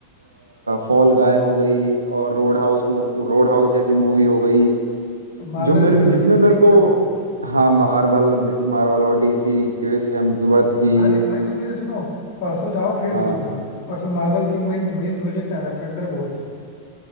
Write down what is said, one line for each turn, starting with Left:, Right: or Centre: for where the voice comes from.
Right: फॉल गाय हो गई और रोड हाउस रोड हाउस जैसी मूवी हो गई
Left: तुम मार्वल
Right: जो मेरे जिसमें
Left: डीसी
Right: मेरे
Left: देखते
Right: को
Left: हो
Right: हाँ मार्वल मार्वल और डीसी क्रिस हेम्सवर्थ की
Left: अरे भाई तो फिर सुनो परसों जाओ फिर
Right: हाँ
Left: भी तुम जाओ परसों मार्वल की मेन मेन प्रोजेक्ट आ रहा है थंडरबोल्ट